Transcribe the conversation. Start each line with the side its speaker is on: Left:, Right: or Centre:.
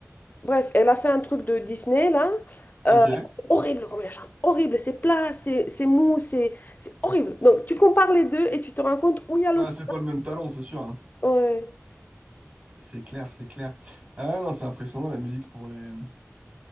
Left: Bref, elle a fait un truc de Disney là. Euh,
Right: Ok.
Left: c'est horrible comme elle chante, horrible, c'est plat, c'est c'est mou, c'est c'est horrible. Donc tu compares les deux et tu te rends compte où il y a l'autre.
Right: Bah, c'est pas le même talent, c'est sûr. hein.
Left: Ouais.
Right: C'est clair, c'est clair. Ah non, c'est impressionnant la musique pour les